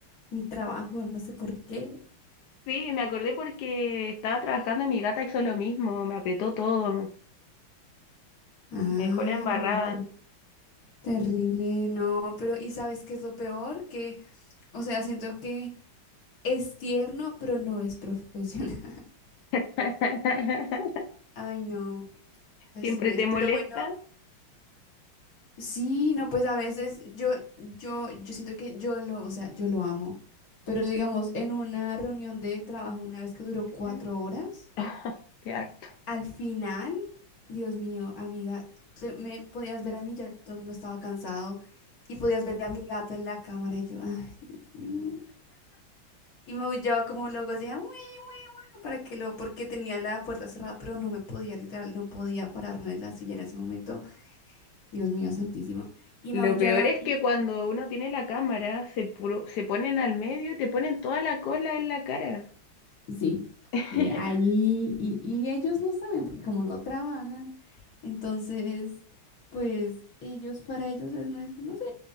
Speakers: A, on the left; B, on the left.
A: mi trabajo, no sé por qué.
B: Sí, me acordé porque estaba trabajando y mi gata hizo lo mismo, me apretó todo, me
A: Ay,
B: dejó la embarrada.
A: no, pero- terrible, no, pero ¿y sabes qué es lo peor? Que, o sea, siento que es tierno, pero no es profesional.
B: <laughs>
A: <laughs> Ay, no, así
B: ¿Siempre
A: es,
B: te
A: pero
B: molesta?
A: bueno. Sí, no, pues a veces yo, yo, yo siento que yo lo, o sea, yo lo amo. Pero digamos, en una reunión de trabajo, una vez que duró cuatro
B: Mm.
A: horas,
B: <laughs> Qué harto.
A: al final, Dios mío, amiga, te- me podías ver a mí, ya todo el mundo estaba cansado, y podías ver a mi gato en la cámara, y yo, ay, Dios mío. Y me aullaba como loco, decía, bueno, para que lo, porque tenía la puerta cerrada, pero no me podía, literal, no podía pararme de la silla en ese momento. Dios mío, santísimo. Y
B: Lo
A: maullaba
B: peor es que cuando uno tiene la cámara, se, puro- se ponen al medio y te ponen toda la cola en la cara.
A: Sí,
B: <laughs>
A: sí, ahí, y, y ellos no saben, porque como no trabajan, entonces, pues ellos, para ellos es, no es, no sé,